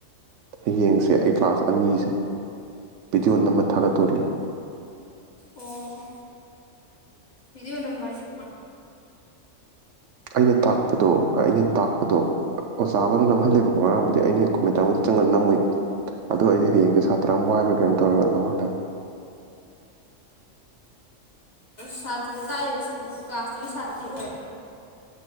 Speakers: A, on the right; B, on the left.
A: ꯍꯌꯦꯡꯁꯦ ꯑꯩ ꯀ꯭ꯂꯥꯁ ꯑꯅꯤꯁꯦ ꯚꯤꯗꯤꯑꯣ ꯅꯝꯝꯕ ꯊꯥꯒꯠꯇꯣꯔꯤ
B: ꯑꯣ ꯏꯗꯤꯑꯣ ꯅꯝꯕꯥꯏ ꯀ
A: ꯑꯩꯅ ꯇꯥꯛꯄꯗꯣ ꯑꯩꯅ ꯇꯥꯛꯄꯗꯣ ꯑꯣꯖꯥ ꯑꯃꯅ ꯅꯝꯍꯜꯂꯦꯕꯀꯣ ꯃꯔꯝꯕꯨꯗꯤ ꯑꯩꯅ ꯀ ꯇꯕꯨꯗꯤ ꯆꯪꯍꯟ ꯅꯝꯃꯨꯏ ꯑꯗꯨꯗꯣ ꯑꯩꯗꯤ ꯍꯌꯦꯡꯁꯦ ꯁꯥꯇ꯭ꯔ ꯑꯃ ꯋꯥꯏꯕ꯭ꯔꯥ ꯀꯩꯅꯣ ꯇꯧꯔꯒ ꯅꯝꯍꯜꯂꯦ <unintelligible>
B: ꯁꯥꯇ꯭ꯔꯗ ꯇꯥꯛꯏꯕ ꯀ꯭ꯂꯥꯁꯇꯨꯒꯤ ꯁꯥꯇ꯭ꯔꯗꯤ ꯑꯣꯏꯔ